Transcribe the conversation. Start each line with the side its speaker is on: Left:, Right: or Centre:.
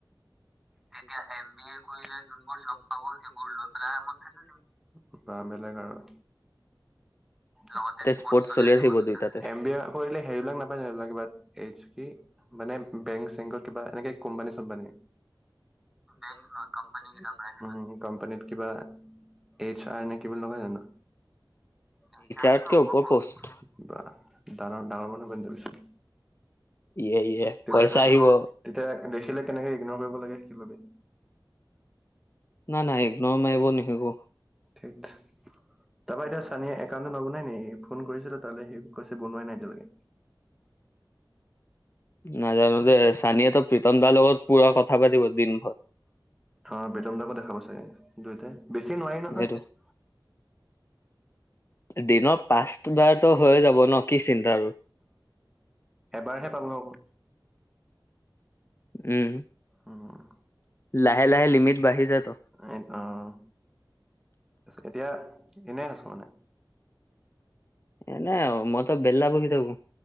Centre: তেতিয়া এম বি এ কৰিলে যোনবোৰ জব পাব সেইবোৰ লৈ পেলাই <unintelligible> বা বেলেগ আৰু। লগতে স্পটছ।
Left: স্পৰ্ট
Centre: <unintelligible>
Left: চলি থাকিব দুইটাতে
Centre: এম বি এ কৰিলে হেইৰিবিলাক নাপায় না কিব এই কি? মানে বেংক- চেংকৰ কিবা এনেকে কোম্পানী- চোম্পানী? বেংকচ নহয়, কোম্পানী কেইটাত পায়। উম, কোম্পানীত- কিবা এইচ আৰ নে কি বুলি নকয় জানো? এইচ আৰ
Left: আৰতকে
Centre: টো
Left: ওপৰ
Centre: ওখ পোষ্ট।
Left: পষ্ট
Centre: বাহ! ডাঙৰ ডাঙৰ মানুহ বনি যাবি চোন।
Left: ইয়ে- ইয়ে,
Centre: তেতিয়া
Left: পইছা আহিব।
Centre: তেতিয়া দেখিলে কেনেকে ইগনৰ কৰিব লাগে সেইবাবে।
Left: না না একদম আহিব নিশিকো
Centre: তাৰাপা এতিয়া সঞ্চয়- কাৰণে নবনাই নে? ফোন কৰিছিলো তালে, সি কৈছে বনাই নাই এতিয়ালকে।
Left: নাজানো দে। চানীয়ে তো প্ৰীতম দাৰ লগত পুৰা কথা পাতিব দিন ভৰ।
Centre: অঁ, প্ৰিতমডাকো দেখাব চাগে দুইটাই। বেছি নোৱাৰি নহয়।
Left: সেইটো দিনত
Centre: অঁ,
Left: পাঁচবাৰতো
Centre: সেইটোয়ে।
Left: হৈ যাব ন কি চিন্তা আৰু
Centre: এবাৰ হে পাব আক।
Left: উম,
Centre: উম,
Left: লাহে লাহে লিমিট বাঢ়ি যায় তো।
Centre: এ অঁ, এতিয়া এনেই আছ মানে?
Left: এনে, মইতো বেলা বহি থাকো।